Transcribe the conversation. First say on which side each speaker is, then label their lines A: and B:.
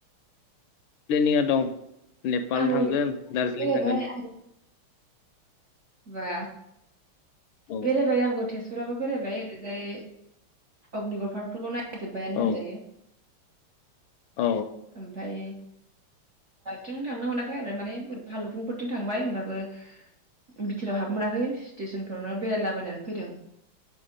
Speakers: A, on the left; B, on the right.
A: प्लेनिंआ दं। नेपाल
B: आंबो
A: थांगोन दार्जिलिं
B: बेरायबाय
A: थांगोन।
B: आंबो बा
A: औ
B: बेरायबाय आंबो तेजपुराबो बेरायबाय जाय अगनिगर फारक फोरखौनाय बायानो
A: औ
B: होनजायो।
A: औ
B: ओमफाय थिं थांनो मोनाखै आरो माने फालुफुंफोरथिं थांबाय होनोमबाबो बिथोराव हाबनो मोनाखै स्टेसनफ्रावनो बेरायलाबायनानै फैदों।